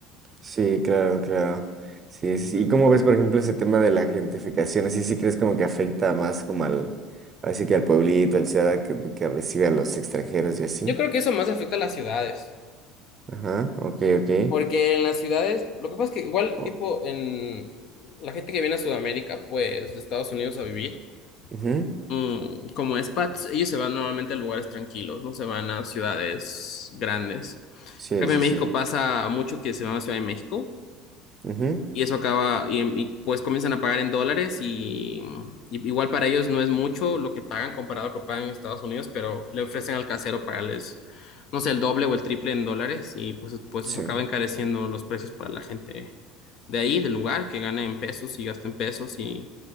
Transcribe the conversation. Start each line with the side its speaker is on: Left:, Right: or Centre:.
Right: Sí, claro, claro. Sí, sí. sí. ¿Y cómo ves, por ejemplo, ese tema de la gentrificación? ¿Así sí crees como que afecta más como al, así que al pueblito, al ciudad que, que recibe a los extranjeros y así?
Left: Yo creo que eso más afecta a las ciudades,
Right: Ajá, ok, ok.
Left: porque en las ciudades, lo que pasa es que igual
Right: O-
Left: tipo en la gente que viene a Sudamérica, pues de Estados Unidos a vivir,
Right: ujú,
Left: mm, como expats, ellos se van normalmente a lugares tranquilos, no se van a ciudades grandes.
Right: Sí,
Left: En cambio,
Right: sí,
Left: en México
Right: sí.
Left: pasa mucho que se van a Ciudad de México
Right: ujú,
Left: Y eso acaba, y, y, pues comienzan a pagar en dólares y, y igual para ellos no es mucho lo que pagan comparado a lo que pagan en Estados Unidos, pero le ofrecen al casero pagarles, no sé, el doble o el triple en dólares y pues, pues
Right: Sí,
Left: eso acaba encareciendo los precios para la gente de ahí, del lugar, que gana en pesos y gasta en pesos y